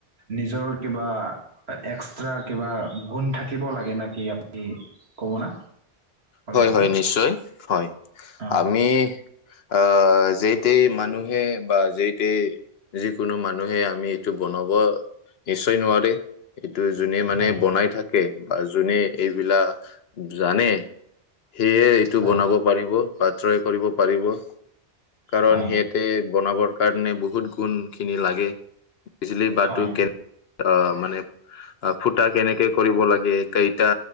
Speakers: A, on the right; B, on the left.
A: নিজৰ কিবা এক্সট্ৰা কিবা গুণ থাকে থাকিব লাগে নাকি, আপুনি ক'ব না? অলপমান
B: হয় -হয়, নিশ্চয় হয়,
A: অ
B: আমি আহ, যেই তেই মানুহে বা যেই তেই যিকোনো মানুহে আমি এইটো বনাব নিশ্চয় নোৱাৰে। এইটো যোনে মানে
A: হয়
B: বনাই থাকে বা যোনে এইবিলাক জানে সেয়ে এইটো
A: হয়
B: বনাব পাৰিব বা ট্ৰাই কৰিব পাৰিব, কাৰণ
A: হয়
B: সে ইতে বনাবৰ কাৰণে বহুত গুণ খিনি লাগে। বিজিলি বাঁহটো
A: হয়
B: কেন অ মানে অ ফুটা কেনেকে কৰিব লাগে? কেইটা